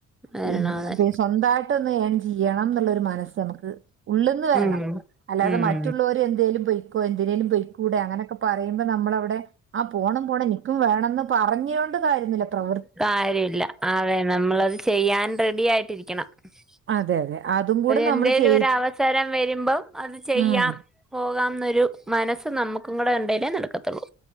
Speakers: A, in the centre; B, on the right.
A: വരണം
B: പിന്നെ
A: അതെ
B: സ്വന്തയിട്ടൊന്ന് എൻ ചെയ്യണം ന്നുള്ളരു മനസ്സ് നമുക്ക് ഉള്ള് ന്ന് വരണം
A: ഉം
B: അല്ലാതെ
A: ഉം
B: മറ്റുള്ളോര് എന്തിനേലും പൊയ്ക്കോ എന്തിനേലും പൊയ് ക്കൂടെ അങ്ങനൊക്കെ പറയുമ്പോ നമ്മളവിടെ ആ പോണം പോണം നിക്കും വേണംന്ന് പറഞ്ഞോണ്ട് കാര്യുന്നില്ല <unintelligible>
A: കാര്യല്ല അതെ നമ്മളത് ചെയ്യാൻ റെഡി ആയിട്ടിരിക്കണം <unintelligible>
B: അതെ അതെ അതും കൂടെ
A: എന്തേലും
B: നമ്മൾ ചെയ്
A: ഒരു അവസരം വരുമ്പം അത് ചെയ്യാം
B: ഉം
A: പോകാം ഒരു മനസ്സ് നമുക്കും കൂടെ ഉണ്ടേലെ നടക്കത്തുള്ളൂ